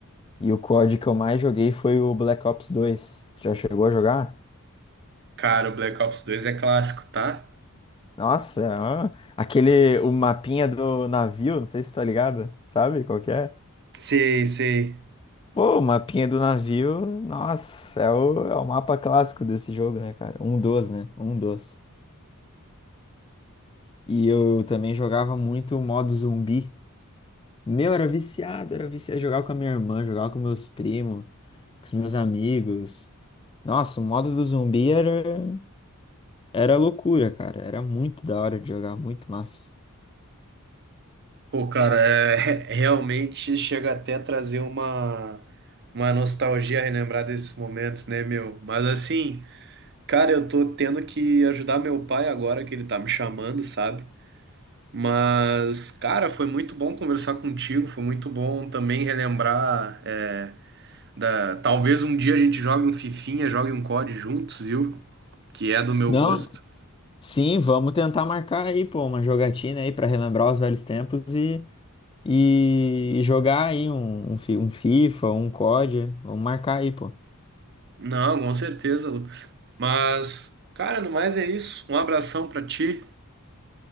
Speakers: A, on the left (about 20°); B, on the right (about 50°).
A: E o COD que eu mais joguei foi o Black Ops dois Tu já chegou a jogar?
B: Cara, o Black Ops dois é clássico, tá?
A: Nossa, ah, aquele, o mapinha do navio, não sei se tá ligado, sabe qual que é?
B: Sei, sei.
A: Pô, o mapinha do navio, nossa, é o, é o mapa clássico desse jogo, né, cara? Um dos, né? Um dos. E eu também jogava muito o modo zumbi. Meu, era viciado, era viciado. Jogava com a minha irmã, jogava com meus primos, com os meus amigos. Nossa, o modo do zumbi era. Era loucura, cara. Era muito da hora de jogar, muito massa.
B: Pô, cara, é, <laughs> realmente chega até a trazer uma, uma nostalgia relembrar desses momentos, né, meu? Mas assim, cara, eu tô tendo que ajudar meu pai agora que ele tá me chamando, sabe? Mas, cara, foi muito bom conversar contigo, foi muito bom também relembrar é, da. Talvez um dia a gente jogue um Fifinha, jogue um COD juntos, viu? Que é do meu
A: Não,
B: gosto.
A: sim, vamos tentar marcar aí, pô, uma jogatina aí pra relembrar os velhos tempos e, e, e jogar aí um, um, fi- um FIFA, um COD. Vamos marcar aí, pô.
B: Não, com certeza, Lucas. Mas, cara, no mais é isso. Um abração pra ti.